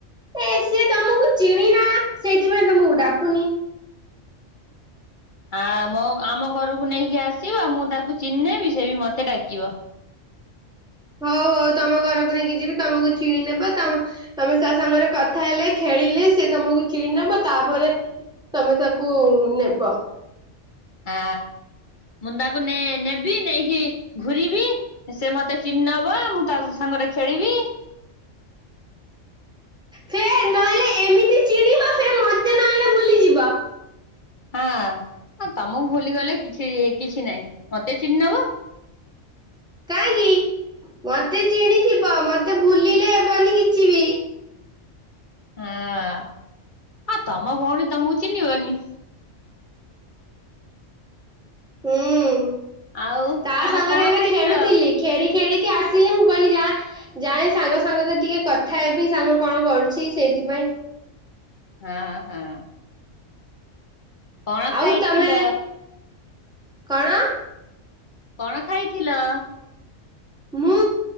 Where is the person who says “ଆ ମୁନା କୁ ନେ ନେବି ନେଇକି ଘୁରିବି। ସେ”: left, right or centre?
Left